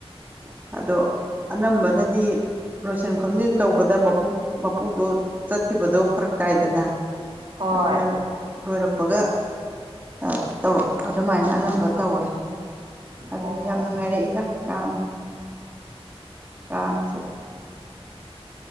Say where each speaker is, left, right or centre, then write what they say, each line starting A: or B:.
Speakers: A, on the right; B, on the right.
A: ꯎꯝ
B: ꯑꯗꯣ ꯑꯅꯝꯕꯅꯗꯤ ꯂꯣꯏꯁꯤꯟ ꯈꯣꯝꯖꯤꯟ ꯇꯧꯕꯗ ꯃꯄꯨ ꯃꯄꯨꯗꯣ ꯆꯠꯈꯤꯕꯗꯣ ꯐꯔꯛ ꯇꯥꯏꯗꯅ꯫
A: ꯍꯣꯏ
B: ꯑꯗꯨꯅ ꯂꯣꯏꯔꯛꯄꯒ ꯑ ꯇꯧꯔꯛ ꯑꯗꯨꯃꯥꯏꯅ ꯑꯅꯝꯕ ꯇꯧꯔꯦ ꯑꯗꯨꯅ
A: ꯑꯣ
B: ꯌꯥꯝ ꯅꯨꯡꯉꯥꯏꯔꯛꯏꯗ ꯀꯥꯡ ꯀꯥꯡꯁꯦ